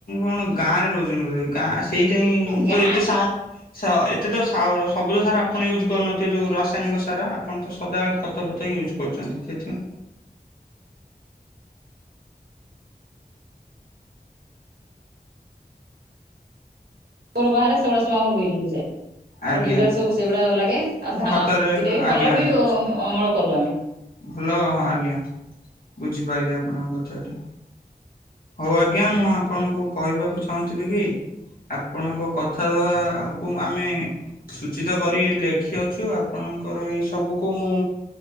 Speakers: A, on the left; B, on the right.
A: କଣ ଗାଁରେ ରହୁଛନ୍ତି ବୋଧେ ଗାଁ ହେଇଥିପାଇଁ
B: ହଁ ଗାଁ
A: ତ ଏତେ ସାର୍ ଏତେ ତ ସାର ସବୁଜ ସାର ଆପଣ ୟୁଜ୍ କରିନଥିବେ ଯୋଉ ରାସାୟନିକ ସାର ଆପଣ ତ ସଦାବେଳେ ଖ ଖତ ଫତ ୟୁଜ୍‌ କରୁଛନ୍ତି ସେଥିପାଇଁ
B: ଉପର ବାହାରେ ସେଗୁଡା ସବୁଆମର ବିଲକୁ ଜାଏ। ଆମର
A: ଆଜ୍ଞା
B: ବିଲରେ ସବୁ ସେଇଗୁଡ଼ାକ ଲାଗେ ଆଉ ଧାନ
A: ଖତରେ
B: ଦିଟା ବି
A: ଆଜ୍ଞା
B: ଭଲ ବି ଅମଳ କରୁ ଆମେ।
A: ଭଲ ହଁ ଆଜ୍ଞା ବୁଝିପାରିଲି ଆପଣଙ୍କ କଥାଟି। ହଉ ଆଜ୍ଞା ମୁଁ ଆପଣଙ୍କୁ କହିବାକୁ ଚାହୁଁଥିଲି କି। ଆପଣଙ୍କ କଥା ଦବା କୁ ଆମେ ସୂଚିତ କରି ଲେଖିଅଛୁ ଆପଣଙ୍କର ଏଇ ସବୁକୁ ମୁଁ